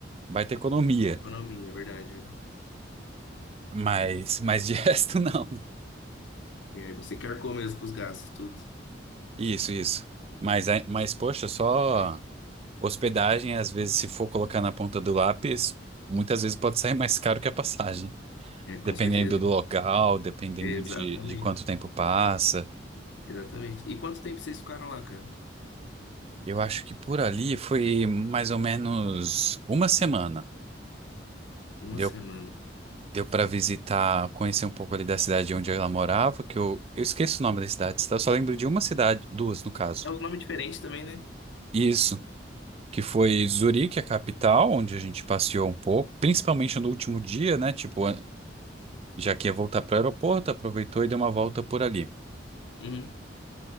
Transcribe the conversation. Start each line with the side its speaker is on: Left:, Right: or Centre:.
Right: baita economia.
Left: economia, é verdade.
Right: Mas, mas de
Left: é.
Right: <laughs> resto, não.
Left: E aí você quer mesmo com os gastos, tudo.
Right: Isso, isso. Mas, é- mas, poxa, só hospedagem, às vezes, se for colocar na ponta do lápis, muitas vezes pode sair mais caro que a passagem.
Left: É, com
Right: Dependendo
Left: certeza.
Right: do local, dependendo
Left: Exatamente.
Right: de, de quanto tempo passa.
Left: Exatamente. E quanto tempo vocês ficaram lá, cara?
Right: Eu acho que por ali foi mais ou menos uma semana.
Left: Uma
Right: Deu,
Left: semana.
Right: deu para visitar, conhecer um pouco ali da cidade onde ela morava, que eu, eu esqueço o nome das cidades, tá? Eu só lembro de uma cidade, duas no caso.
Left: É um nome diferente também, né?
Right: Isso, que foi Zurique, a capital, onde a gente passeou um pouco, principalmente no último dia, né? Tipo, já que ia voltar para o aeroporto, aproveitou e deu uma volta por ali.
Left: Uhum.